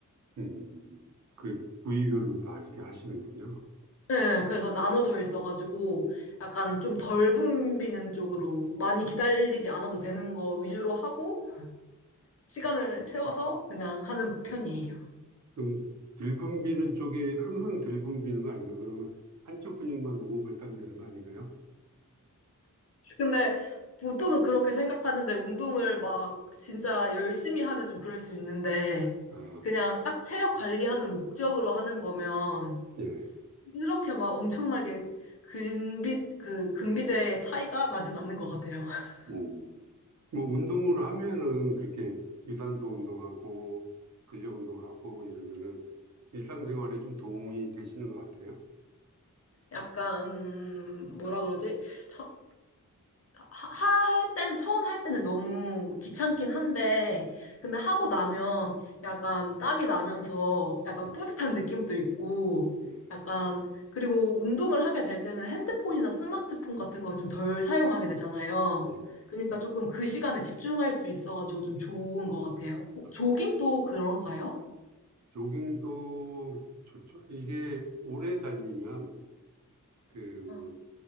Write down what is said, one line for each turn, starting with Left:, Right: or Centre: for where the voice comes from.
Right: 음, 음, 음. 그 부위별로 다 이렇게 하시는군요.
Left: 네, 그래서 나눠져 있어가지고 약간 좀 덜 붐비는 쪽으로 많이 기다리지 않아도 되는 거 위주로 하고 시간을 채워서 그냥 하는 편이에요.
Right: 그럼 들분비는 쪽이 항상 들분비는 거 아닌가요? 그러면 한쪽 근육만 너무 발달되는 거 아닌가요?
Left: 근데 보통은 그렇게 생각하는데 운동을 막 진짜 열심히 하면 좀 그럴 수 있는데
Right: 아,
Left: 그냥 딱 체력 관리하는 목적으로 하는 거면
Right: 예.
Left: 이렇게 막 엄청나게 근비, 그, 근비대의 차이가 나진 않는 것 같아요. <laughs>
Right: 음. 뭐 운동을 하면은 그렇게 유산소 운동하고 근력 운동하고 이러면은 일상생활에 좀 도움이 되시는 것 같아요.
Left: 약간, 뭐라 그러지? 처- 하- 할 때는 처음 할 때는 너무 귀찮긴 한데 근데 하고 나면 약간 땀이 나면서 약간
Right: 음.
Left: 뿌듯한 느낌도 있고
Right: 예,
Left: 약간 그리고 운동을 하게 될 때는 핸드폰이나 스마트폰 같은 걸 좀 덜 사용하게 되잖아요.
Right: 예, 예.
Left: 그러니까 조금 그 시간에 집중할 수 있어가지고 좀 좋은 것 같아요. 어,
Right: 아,
Left: 조깅도
Right: 예.
Left: 그런가요?
Right: 조깅도 좋죠. 이게 오래 달리면 그 뭐,
Left: 아,